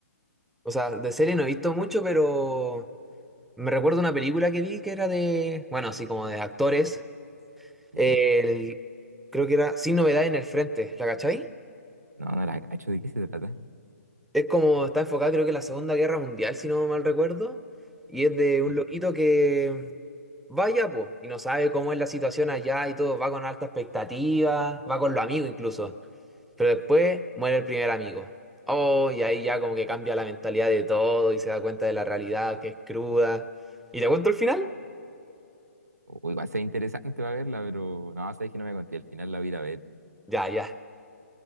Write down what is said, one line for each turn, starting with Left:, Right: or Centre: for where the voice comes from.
Centre: O sea, de serie no he visto mucho, pero me recuerdo una película que vi que era de, bueno, así como de actores.
Right: ¿Ya?
Centre: El, creo que era Sin Novedad en el Frente, ¿la cachai?
Right: No, no la cacho, ¿de qué se trata?
Centre: Es como está enfocada, creo que en la Segunda Guerra Mundial, si no mal recuerdo. Y es de un
Right: ¿Ya?
Centre: loquito que vaya, po, y no sabe cómo es la situación allá y todo. Va con alta expectativa, va con los amigos incluso. Pero después muere el primer amigo. Oh, y ahí ya como que cambia la mentalidad de todo y se da cuenta de la realidad que es cruda. ¿Y te cuento el final?
Right: O igual sea interesante para verla, pero no, sabes que no me conté, al final la voy a ir a ver.
Centre: Ya, ya.